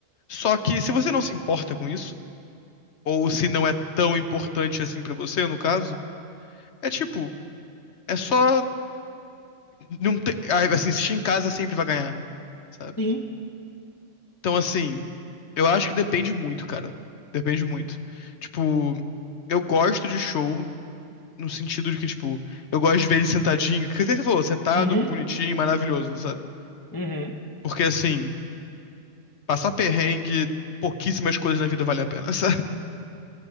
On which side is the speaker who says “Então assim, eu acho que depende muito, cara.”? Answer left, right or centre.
Left